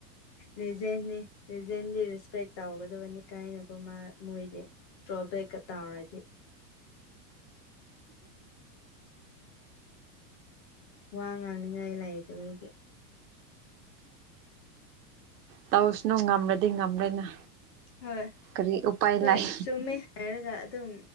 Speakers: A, on the left (about 15°); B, on the right (about 80°).
A: ꯂꯤꯖꯦꯟꯅꯤ ꯃꯤꯖꯦꯟꯕꯨ ꯔꯦꯁꯄꯦꯛ ꯇꯧꯒꯗꯕꯅꯤ ꯀꯥꯏꯅꯀꯣ ꯃꯥ ꯃꯣꯏꯗꯤ ꯗ꯭ꯔꯣꯕꯦꯛꯀ ꯇꯥꯎꯔꯗꯤ ꯋꯥ ꯉꯥꯡꯅꯤꯉꯥꯏ ꯂꯩꯇꯕꯒꯤ
B: ꯇꯧꯁꯅꯨ ꯉꯝ꯭ꯔꯗꯤ ꯉꯝꯔꯦꯅ
A: ꯍꯣꯏ
B: ꯀꯔꯤ ꯎꯄꯥꯏ
A: ꯍꯣꯏ
B: ꯂꯩ
A: ꯆꯨꯝꯃꯦ ꯍꯥꯏꯔꯒ ꯑꯗꯨꯝ